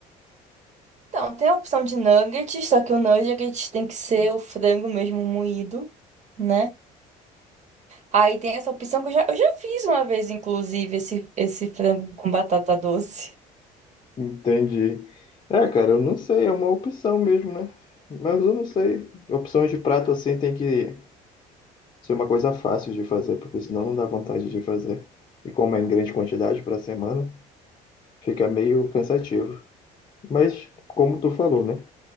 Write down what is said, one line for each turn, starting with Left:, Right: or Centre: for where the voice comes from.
Right: Então, tem a opção de nuggets, só que o nuggets tem que ser o frango mesmo moído, né? Aí tem essa opção que eu já, eu já fiz uma vez, inclusive, esse, esse frango com batata doce.
Left: Entendi. É, cara, eu não sei, é uma opção mesmo, né? Mas eu não sei. Opções de prato assim tem que ser uma coisa fácil de fazer, porque senão não dá vontade de fazer. E como é em grande quantidade para semana, fica meio cansativo. Mas como tu falou, né?